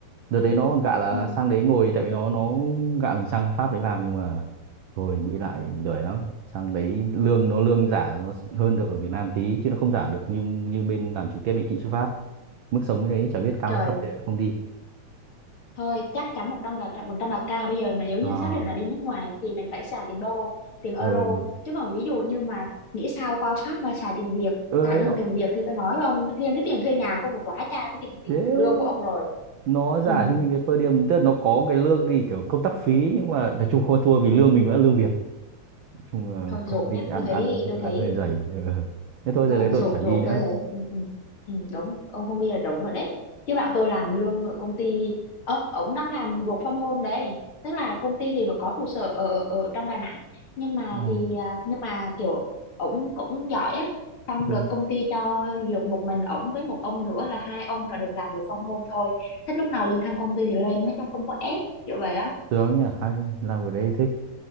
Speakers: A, on the right; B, on the left.
A: đợt đấy nó còn gạ là
B: Ừ.
A: sang đấy ngồi tại vì nó nó gạ mình sang Pháp đấy làm nhưng mà rồi nghĩ lại lười lắm sang đấy lương nó lương giả nó hơn được ở Việt Nam tí chứ nó không giả được như như bên làm trực tiếp bên kỹ sư Pháp mức sống như thế chả biết cao
B: trời
A: hay thấp thì không đi
B: thôi chắc chắn một trăm là một trăm là cao bây giờ nếu như
A: à
B: xác định là đi nước ngoài thì mình phải xài tiền đô tiền euro
A: ờ
B: chứ còn ví dụ như mà nghĩ sao qua Pháp mà xài tiền Việt
A: ở
B: trả
A: đấy
B: lương
A: nó
B: tiền Việt thì tôi nói không riêng cái tiền thuê nhà không là quá cha cái tiền tiền
A: thế
B: lương của ông rồi
A: nó giả
B: ừ
A: cho mình cái per diem tức là nó có cái lương thì kiểu công tác phí nhưng mà nói chung không ăn thua vì lương mình vẫn là lương Việt nói chung là
B: thôi
A: công
B: dồn
A: ty
B: nhá
A: ăn
B: tôi thấy
A: ăn
B: tôi thấy
A: ăn hơi dày <laughs> Ừ. thế thôi
B: Ờ,
A: từ đấy tôi
B: rổ
A: chả đi
B: rổ
A: nữa
B: tôi thấy ừ, ừ, ừ, đúng ông Phong Huy là đúng rồi đấy chứ bạn tôi làm lương ở công ty ớ ông đang làm work from home đấy tức là công ty thì vẫn có trụ sở ở, ở ở trong Đà Nẵng nhưng mà
A: Ờ.
B: thì à, nhưng mà kiểu ông cũng giỏi á xong
A: Ừ.
B: được công ty cho dược một mình ổng với một ông nữa là hai ông là được làm work from home thôi thích lúc nào lên thăm công ty thì lên nói chung không có ép kiểu vậy á
A: Được nhỉ, hay làm cái đấy thích